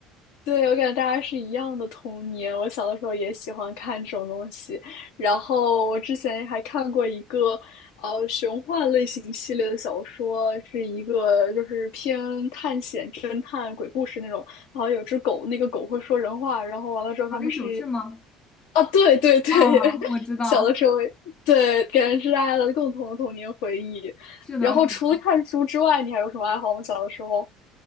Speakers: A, on the left (about 65°); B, on the left (about 30°).
A: 对，我感觉大家是一样的童年。我小的时候也喜欢看这种东西，然后我之前还看过一个呃玄幻类型系列的小说，是一个就是偏探险、侦探、鬼故事那种。然后有只狗，那个狗会说人话，然后完了之后他们是
B: 《华丽九世》吗？
A: 啊，对对对，
B: 啊，我知道，
A: <laughs> 小的时候对，感觉是大家的共同的童年回忆。
B: 是的，
A: 然后除了看书之外，
B: 是的。
A: 你还有什么爱好吗？小的时候？